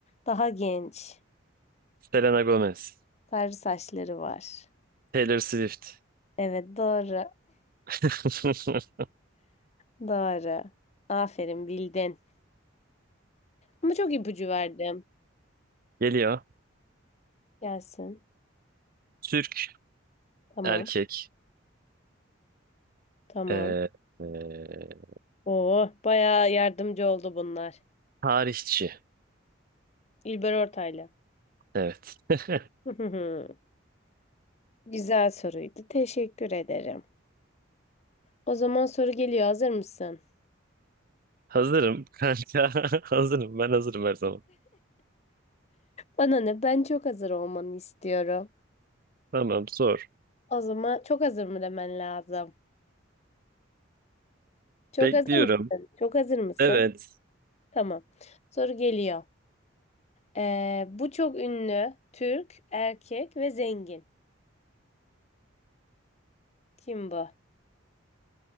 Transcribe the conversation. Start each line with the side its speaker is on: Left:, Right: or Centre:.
Left: Daha genç.
Right: Selena Gomez.
Left: Sarı saçları var.
Right: Taylor Swift.
Left: Evet doğru.
Right: <laughs>
Left: Doğru. Aferin bildin. Ama çok ipucu verdim.
Right: Geliyor.
Left: Gelsin.
Right: Türk
Left: Tamam.
Right: erkek.
Left: Tamam.
Right: Ee, ee,
Left: Oo, bayağı yardımcı oldu bunlar.
Right: tarihçi.
Left: İlber Ortaylı.
Right: Evet. <laughs>
Left: <laughs> Güzel soruydu. Teşekkür ederim. O zaman soru geliyor. Hazır mısın?
Right: Hazırım kanka. <laughs> Hazırım. Ben hazırım her zaman.
Left: Bana ne? Ben çok hazır olmanı istiyorum.
Right: Tamam sor.
Left: O zaman çok hazır mı demen lazım? Çok
Right: Bekliyorum.
Left: hazır mısın? Çok hazır mısın?
Right: Evet.
Left: Tamam. Soru geliyor. Ee, bu çok ünlü, Türk, erkek ve zengin. Kim bu?